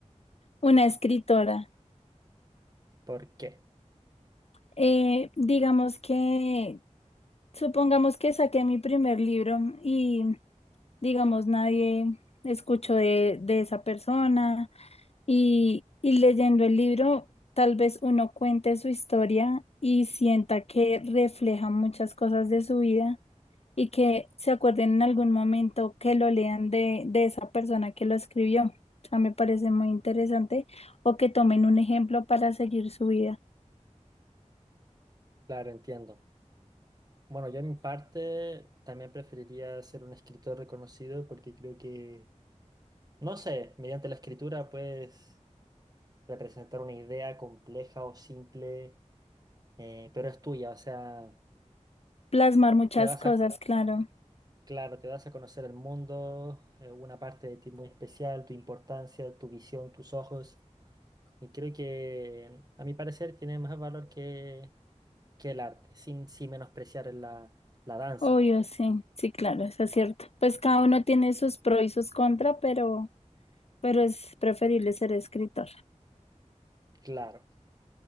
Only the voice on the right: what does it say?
¿Por qué?
Claro, entiendo. Bueno, yo en mi parte también preferiría ser un escritor reconocido porque creo que, no sé, mediante la escritura puedes representar una idea compleja o simple, eh, pero es tuya, o sea,
te das
a,
claro, te das a conocer el mundo, eh, una parte de ti muy especial, tu importancia, tu visión, tus ojos, y creo que, a mi parecer, tiene más valor que, que el arte, sin, sin menospreciar la, la danza.
Claro.